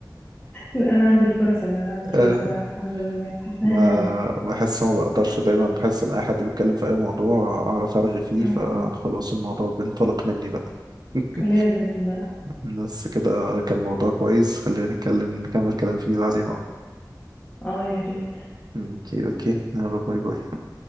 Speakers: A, on the left; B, on the right.
A: لا انا عندي الفرصة ان انا اعمل
B: <laughs>
A: كده بصراحة الحمد لله حاساها
B: ما
A: نعمة
B: بحس ما بقدرش دايما بحس ان اي حد بيتكلم في اي موضوع اعرف ارغي فيه
A: م-
B: فخلاص
A: م.
B: الموضوع بينطلق مني بقى <laughs>
A: لازم بقى
B: بس كده كان موضوع كويس خلينا نتكلم نكمل كلام فيه بعدين بقى.
A: اه يا ريت
B: اوكي اوكي يلا باي باي